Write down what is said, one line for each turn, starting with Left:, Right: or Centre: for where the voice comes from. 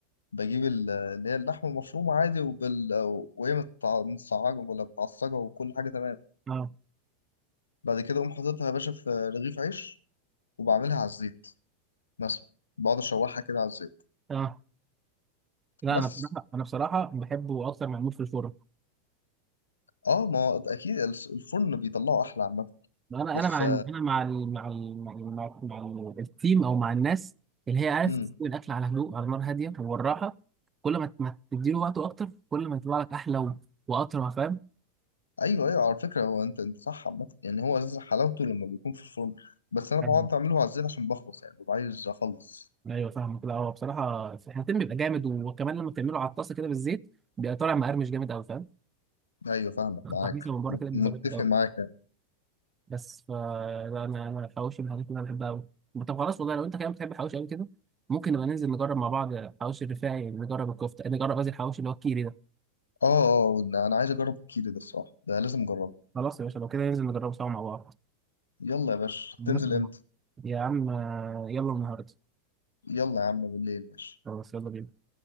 Left: بجيب ال... اللي هي اللحمه المفرومه عادي وبال... وهي متع- متسعجه ولا متعصجه وكل حاجه تمام
Right: اه
Left: بعد كده اقوم حاططها يا باشا في رغيف عيش وبعملها على الزيت مثلا بقعد اشوحها كده على الزيت
Right: اه لا
Left: بس
Right: انا بصراحه انا بصراحه بحبه اكتر معمول في الفرن
Left: اه ما هو اكيد الس- الفرن بيطلعه احلى عامه
Right: انا
Left: بس
Right: انا مع انا مع ال مع ال مع ال مع, ال- مع ال- التيم او مع الناس اللي هي عارف
Left: امم
Right: تسوي الاكل على هدوء على نار هاديه والراحه كل ما ت- ما تديله وقته اكتر كل ما يطلع لك احلى و- واطرى فاهم
Left: ايوه ايوه على فكره هو انت انت صح عامه يعني هو اساس حلاوته لما بيكون في الفرن بس انا
Right: فاهم.
Left: بقعد اعمله على الزيت عشان بخلص يعني ببقى عايز اخلص
Right: ايوه فاهم كده هو بصراحه التيم بيبقى جامد وكمان لما تعمله على الطاسه كده بالزيت بيبقى طالع مقرمش جامد قوي فاهم
Left: ايوه فاهمك
Right: التحميص
Left: معاك
Right: اللي من بره
Left: مت-
Right: كده بيبقى
Left: متفق
Right: جامد قوي
Left: معاك يعني
Right: بس فا لا، انا انا الحواوشي من الحاجات اللي انا بحبها قوي طب خلاص والله لو انت كمان بتحب الحواوشي قوي كده ممكن نبقى ننزل نجرب مع بعض حواوشي الرفاعي نجرب الكفته نجرب قصدي الحواوشي اللي هو الكيري ده
Left: اه اه انا أنا عايز اجرب الكيري ده الصراحه ده لازم اجربه
Right: خلاص يا باشا لو كده ننزل نجربه سوا مع بعض
Left: يلا يا باشا
Right: يلا.
Left: تنزل امتى
Right: يا عم آه، يلا النهارده
Left: يلا يا عم بالليل ماشي
Right: خلاص يلا بينا